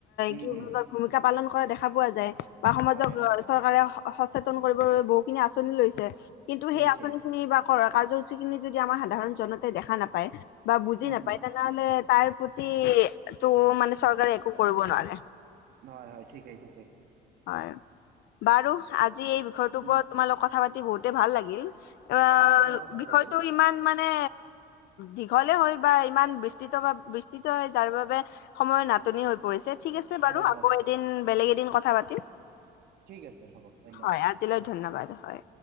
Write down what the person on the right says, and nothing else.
উম,
উম,
হয়
লৈছে
উম,
উম,
হয় - হয় ঠিকেই- ঠিকেই।
উম,
অ', হয় মোৰো ভাল
লাগিল
হয়,
হয়,
ঠিক আছে হ'ব ধন্যবাদ।